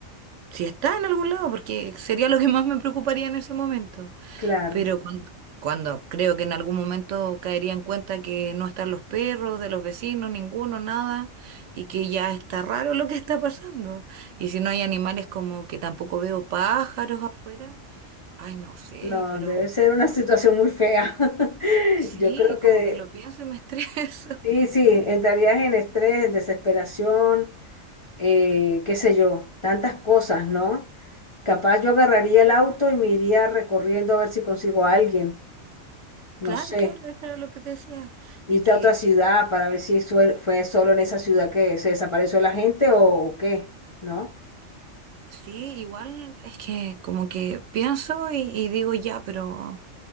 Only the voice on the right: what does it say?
si está en algún lado, porque sería lo que más me preocuparía en ese momento.
Pero cuan- cuando, creo que en algún momento caería en cuenta que no están los perros de los vecinos, ninguno, nada, y que ya está raro lo que está pasando. Y si no hay animales como que tampoco veo pájaros afuera, ay, no sé,
pero
sí,
como que lo pienso y me <laughs> estreso.
Claro,
claro, eso era lo que te decía.
Y que
sí, igual es que como que pienso y, y digo ya, pero...